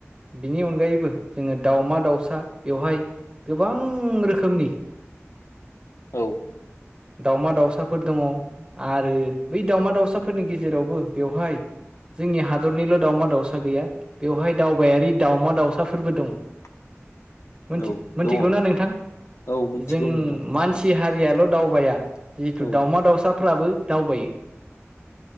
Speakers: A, on the right (about 20°); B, on the left (about 75°).
A: बिनि अनगायैबो जोङो दाावमा दाउसा बेवहाय गोबां रोखोमनि
B: औ
A: दावमा दाउसाफोर दङ आरो बै दाावमा दाउसाफोरनि गेजेरावबो बेवहाय जोंनि हादरनिल' दावमा दाउसा गैया बेवहाय दावबायारि दावमा दाउसाफोरबो दङ
B: <inaudible>
A: मोनथिगौना
B: औ दङ
A: नोंथां
B: औ मिथिगौ
A: जों
B: नोंथां
A: मानसि हारि याल' दावबाया जेहेतु
B: औ
A: दावउमा दाउसाफ्राबो दावबायो